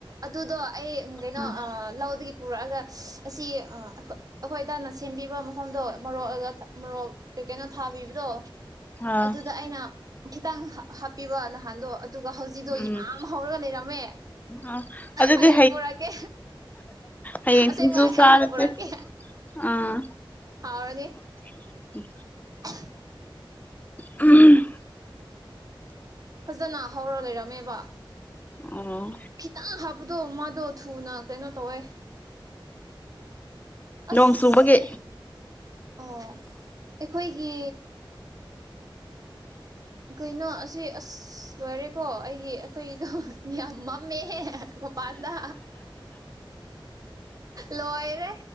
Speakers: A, on the right; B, on the left.
A: ꯑꯗꯨꯗꯣ ꯑꯩ ꯀꯩꯅꯣ
B: ꯎꯝ
A: ꯂꯧꯗꯒꯤ ꯄꯨꯔꯛꯑꯒ ꯑꯁꯤ ꯑꯩꯈꯣꯏ ꯑꯩꯈꯣꯏ ꯗꯇ ꯁꯦꯝꯕꯤꯕ ꯃꯐꯝꯗꯣ ꯃꯔꯣꯛꯑꯒ ꯃꯔꯣꯛ ꯀꯩ ꯀꯩꯅꯣ ꯊꯥꯕꯤꯕꯗꯣ
B: ꯑꯥ
A: ꯑꯗꯨꯗ ꯑꯩꯅ ꯈꯤꯇꯪ ꯍꯥꯞꯄꯤꯕ ꯅꯍꯥꯟꯗꯣ ꯑꯗꯨꯒ ꯍꯧꯖꯤꯛꯗꯣ
B: ꯎꯝ
A: ꯌꯥꯝ ꯍꯧꯔꯒ ꯂꯩꯔꯝꯃꯦ
B: ꯑ ꯑꯗꯨꯗꯤ
A: ꯍꯌꯦꯡ ꯄꯨꯣꯔꯛꯀꯦ
B: ꯍꯌꯦꯡ
A: ꯑꯁꯦꯛꯕ
B: ꯁꯤꯡꯖꯨ ꯆꯥꯔꯁꯦ
A: ꯍꯥꯌꯦꯛ ꯄꯨꯔꯥꯛ ꯀꯦ
B: ꯑꯥ
A: ꯍꯥꯎꯔꯅꯤ
B: ꯎꯝ
A: <unintelligible>
B: ꯎꯝ
A: ꯐꯖꯅ ꯍꯧꯔ ꯂꯩꯔꯝꯃꯦꯕ
B: ꯑꯣ
A: ꯈꯤꯇꯪ ꯍꯥꯞꯄꯗꯣ ꯃꯥꯗꯣ ꯊꯨꯅ ꯀꯩꯅꯣ ꯇꯧꯋꯦ ꯑꯁ
B: ꯅꯣꯡ ꯆꯨꯕꯒꯤ
A: ꯑꯦ ꯑꯣ ꯑꯩꯈꯣꯏꯒꯤ ꯀꯩꯅꯣ ꯑꯁꯤ ꯑꯁ ꯂꯣꯏꯔꯦꯀꯣ ꯑꯩꯒꯤ ꯑꯩꯈꯣꯏꯗꯣ ꯌꯥꯝ ꯃꯛ <unintelligible> ꯃꯄꯥꯟꯗ ꯂꯣꯏꯔꯦ